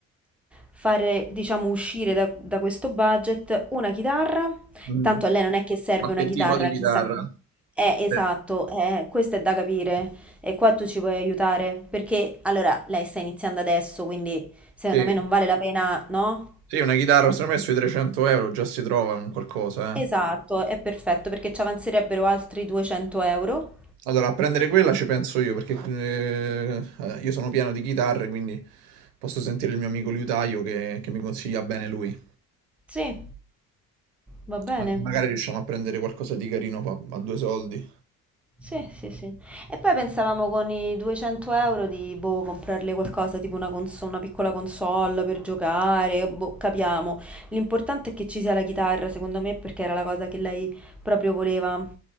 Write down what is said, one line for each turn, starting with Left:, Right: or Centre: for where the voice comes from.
Centre: fare, diciamo, uscire da, da questo budget una chitarra.
Right: mm.
Centre: Tanto a lei non è che serve
Right: Ma
Centre: una
Right: che
Centre: chitarra,
Right: tipo di chitarra?
Centre: chissà. Eh, esatto,
Right: Eh,
Centre: eh, questo è da capire e qua tu ci puoi aiutare perché allora lei sta iniziando adesso, quindi secondo
Right: Sì,
Centre: me non vale la pena, no?
Right: sì, una chitarra, secondo me sui 300 euro già si trova un qualcosa,
Centre: Esatto,
Right: eh.
Centre: è perfetto perché ci avanzerebbero altri 200 euro.
Right: Allora, a prendere quella ci penso io, perché eh, eh, io sono pieno di chitarre, quindi posso sentire il mio amico liutaio che, che mi consiglia bene lui.
Centre: Sì, va bene.
Right: Ma- Magari riusciamo a prendere qualcosa di carino pa- a due soldi.
Centre: Sì, sì, sì. E poi pensavamo con i 200 euro di, boh, comprarle qualcosa, tipo una, cons- una piccola console per giocare, boh, capiamo. L'importante è che ci sia la chitarra, secondo me, perché era la cosa che lei proprio voleva.